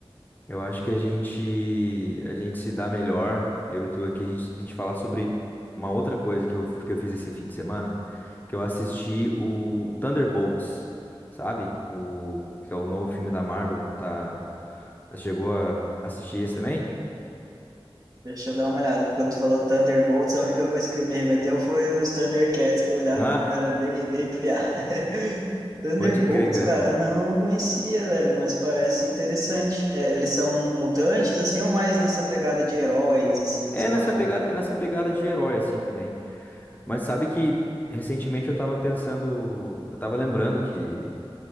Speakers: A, on the left (about 20°); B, on the right (about 40°).
A: eu acho que a gente a gente se dá melhor, eu e tu aqui, a gente, a gente falar sobre uma outra coisa que eu, que eu fiz esse fim de semana que eu assisti o Thunderbolts, sabe? O que é o novo filme da Marvel, tá? ah, Chegou a assistir esse também?
B: Deixa eu dar uma olhada. Quando tu falou Thunderbolts, a única coisa que me remeteu foi os Thundercats que eu olhava
A: Ah,
B: quando era bem, bem piá. <laughs>
A: <laughs>
B: Thunderbolts,
A: pode crer, cara.
B: cara, não conhecia, velho, mas parece interessante. É, eles são mutantes, assim, ou mais nessa pegada de heróis, assim,
A: É
B: sei
A: nessa
B: lá.
A: pegada, é nessa pegada de herói assim também. Mas sabe que recentemente eu tava pensando, eu tava lembrando que